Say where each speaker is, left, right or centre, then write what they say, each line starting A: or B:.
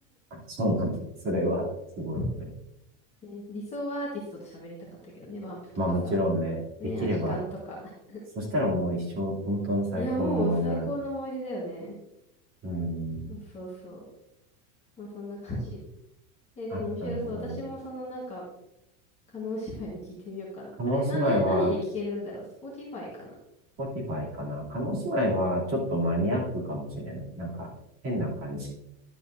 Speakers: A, on the right; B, on the left.
A: あそうなんだ。それは、すごい。
B: <laughs> ね、理想はアーティストと喋りたかったけどね、バンプとかさ、
A: まあもちろんね、
B: ね、
A: できれば、
B: アジカンとか。<laughs>
A: そしたらもう一生、本当の最高の思い出だね。
B: いや、もう最高の思い出だよね。
A: うーん。
B: そうそうそう。まあそんな感じ。<laughs> え、でも面白そう。
A: あ、なるほどね。
B: 私もそのなんか、叶姉妹の聞いてみようかな。
A: 叶姉妹は、
B: あれ、な、な、何で聞けるんだろう ?Spotify かな
A: Spotify かな。叶姉妹は、ちょっとマニアックかもしれない。なんか、変な感じ。